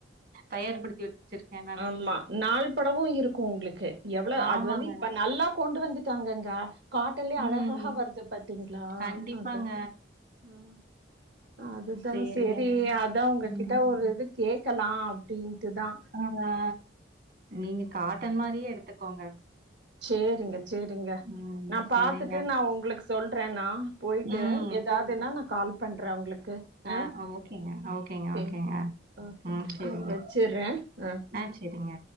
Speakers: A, on the right (about 50°); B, on the right (about 70°).
A: தயார்படுத்தி வச்சிருக்கே நானு
B: ஆமா நாள் படவு இருக்கு உங்குளுக்கு எவ்ள
A: ஆமாங்க
B: அது வந்து இப்ப நல்லா கொண்டு வந்துட் டாங்கங்க காட்டன்லயே அழகழகா
A: ம்
B: வருது பாத்தீங்களா
A: கண்டிப்பாங்க
B: அதா அ அதுதா
A: சேரிங்க
B: சரி அதா உங்ககிட்ட
A: ம்
B: ஒரு இது கேக்கலா அப்டின்ட்டுதா
A: ஆ அ நீங்க காட்டன் மாரியே எடுத்துக்கோங்க
B: சேரிங்க சேரிங்க
A: ம்
B: நா பாத்துட்டு
A: சேரிங்க
B: நா உங்குளுக்கு சொல் ட்ற நா போய்ட்டு
A: ம்
B: ஏதாதுன்னா நா கால் பண்ற உங்ளுக்கு
A: ஆ
B: அ
A: ஓகேங்க ஓகேங்க
B: சேரி
A: ஓகேங்க
B: ஓகேங்க
A: ம் சேரிங்க
B: நா வச்சுர்றே அ
A: ஆ சேரிங்க